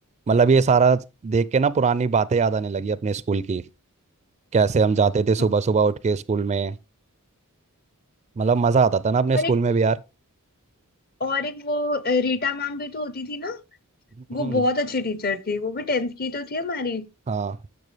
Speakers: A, on the right; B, on the left.
A: मतलब ये सारा देख के ना पुरानी बातें याद आने लगी अपने स्कूल की कैसे हम जाते थे सुबह
B: हाँ।
A: सुबह उठ के स्कूल में मतलब मज़ा आता था ना अपने
B: और
A: स्कूल
B: एक
A: में भी यार
B: और एक वो अ, रीटा मैम भी तो होती थी ना
A: हम्म,
B: वो बहुत अच्छी टीचर थी वो भी टेंथ की तो थी हमारी
A: हाँ